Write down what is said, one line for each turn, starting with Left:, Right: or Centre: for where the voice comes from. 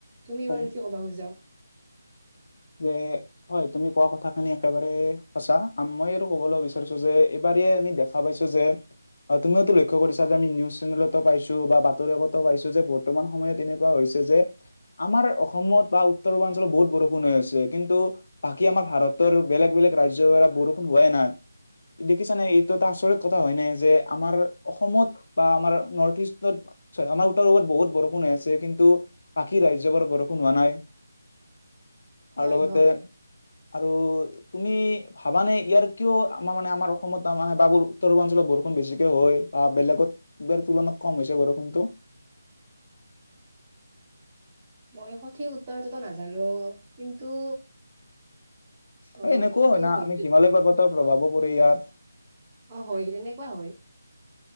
Right: তুমি
Left: হয়
Right: বাৰ কি কব খোজা।
Left: যে হয় তুমি কোৱা কথা খিনি একেবাৰে সচা মই আৰু কবলৈ বিচাৰিছো যে এইবাৰ আমি দেখা পাইছো যে। অ, তুমিও লক্ষ্য কৰিছা যে আমি নিউজ চেনেলতো পাইছো বা বাতৰিকাকতো পাইছো যে বৰ্তমান সময়ত তেনেকুৱা হৈছে। যে আমাৰ অসমত বা উত্তৰ পূৰ্বাঞ্চলত বহুত বৰষূণ বৰষুণ হৈ হৈছে কিন্তু বাকী আমাৰ ভাৰতৰ বেলেগ - বেলেগ ৰাজ্যৰ পৰা বৰষুণ হোৱাই নাই। দেখিছানে এইটো এটা আচৰিত কথা হয় নাই যে আমাৰ অসমত বা আমাৰ নৰ্থ ইষ্টত হয় আমাৰ উত্তৰ পূত বহুত বৰষুণ হৈ আছে কিন্তু বাকী ৰাজ্যবোৰত বৰষুণ হোৱা নাই। <inaudible>
Right: হয়
Left: আৰু লগতে
Right: - হয়।
Left: আৰু তুমি ভাবানে ইয়াৰ কিয় আমাৰ মানে আমাৰ অসমত মানে বাবুৰ উত্তৰ পূৰ্বাঞ্চলৰ বৰষুণ বেছিকে হয় বা বেলেগত বেৰ তুলনাত কম হৈছে বৰষুণটো। <inaudible>
Right: মই সঠিক উত্তৰটোতো নাজানো কিন্তু অ
Left: হয় এনেকুৱাও
Right: এইটো
Left: হয় না
Right: হয়তো
Left: আমি হিমালয় পৰ্বতৰ প্ৰভাৱো পৰে ইয়াত
Right: অ হয় এনেকুৱা হয়